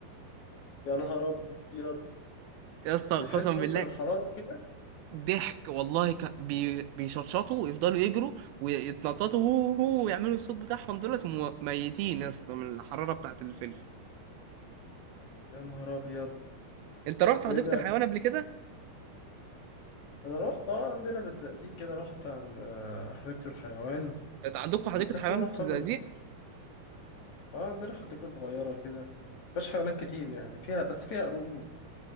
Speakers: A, on the left (about 50°); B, on the right (about 80°).
A: يا نهار ابيض
B: يا اسطى قسما
A: بيحس يا
B: بالله
A: اسطى بالحراره كده
B: ضحك والله ك... بي... بيشطشطوا ويفضلوا يجروا ويتنططوا هو هو ويعملوا الصوت بتاعهم دولت وميتين يا اسطى من الحراره بتاعت الفلفل
A: يا نهار ابيض
B: انت رحت
A: ده
B: حديقه
A: ايه ده
B: الحيوان قبل كده
A: انا رحت اه عندنا بالزقازيق كده رحت عند آه، حديقه الحيوان
B: انت عندكم
A: بس
B: حديقه
A: اخر
B: حيوان
A: مره رحتها
B: في الزقازيق
A: من اه عندنا حديقه صغيره كده مفيهاش حيوانات كتير يعني فيها بس فيها قرود